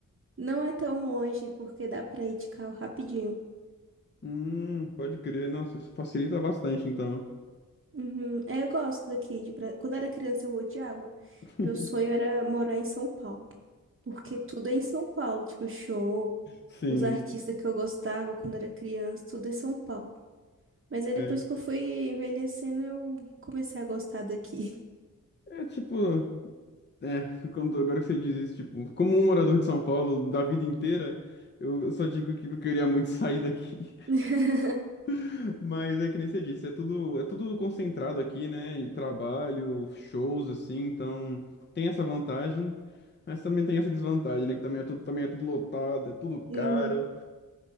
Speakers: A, on the right (about 40°); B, on the left (about 35°).
A: não é tão longe porque dá para ir de carro rapidinho.
B: Hum, pode crer. Nossa, isso facilita bastante, então.
A: Uhum. É, eu gosto daqui. De... Bra- Quando era criança, eu odiava.
B: <laughs>
A: Meu sonho era morar em São Paulo. Porque tudo é em São Paulo, tipo show,
B: Sim.
A: os artistas que eu gostava quando era criança, tudo é São Paulo. Mas aí
B: É,
A: depois que eu fui envelhecendo, eu comecei a gostar daqui.
B: é tipo. É, <laughs> quando, agora que você diz isso, tipo, como um morador de São Paulo da vida inteira, eu eu só digo que eu queria muito sair daqui.
A: <laughs>
B: <laughs> Mas é que nem você disse, é tudo, é tudo concentrado aqui, né? E trabalho, shows, assim, então tem essa vantagem, mas também tem essa desvantagem, né? Que também é tudo, também é tudo lotado, é tudo
A: Uhum.
B: caro,